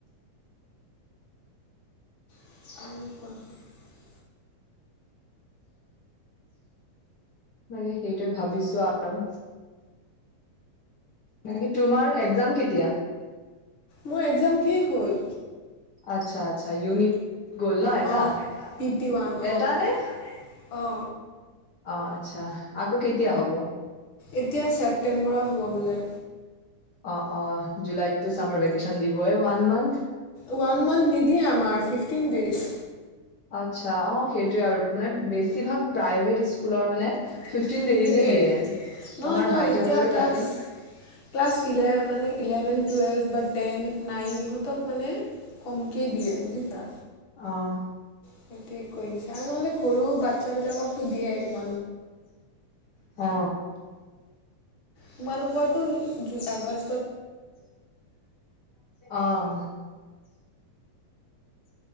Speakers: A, on the left (about 50°); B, on the left (about 85°).
A: <unintelligible>
B: বাকী সেইটোৱে ভাবিছো আৰু। মানে কি তোমাৰ একজাম কেতিয়া?
A: মোৰ একজাম শেষ হ'ল,
B: আচ্ছা আচ্ছা ইউনিট গ'ল ন এটা
A: অ পি টি ওৱান উম।
B: এটা নে
A: অঁ।
B: অ আচ্ছা, আকৌ কেতিয়া হব?
A: এতিয়া ছেপ্তেম্বৰত হ'ব বোলে।
B: অ অ জুলাইতটো চামাৰ ভেকেচন দিবই ওৱান মান্থ।
A: ওৱান মান্থ নিদিয়ে আমাৰ ফিফটিন ডেইজ।
B: আচ্ছা অ সেইটোযৱে আৰু মানে বেছিভাগ প্ৰাইভেট স্কুলৰ মানে
A: এইটোৱে
B: ফিফটিন ডেইজে দিয়ে
A: নহয়
B: আমাৰ
A: নহয়
B: ভাইটিহঁতৰো
A: এতিয়া ক্লাছ
B: তাকে
A: ক্লাছ ইলে মানে ইলেভেন টুৱেল্ভ বা টেন নাইন ইহঁতক মানে কমকে দিয়ে বুজিছা
B: অঁ
A: সেইটোৱে কৰি দিছে আৰু নহ'লে সৰু বাচ্ছাবিলাককতো দিয়ে এক <unintelligible>
B: অ
A: তোমালোকৰটো <unintelligible> আগষ্ট
B: অ <inaudible>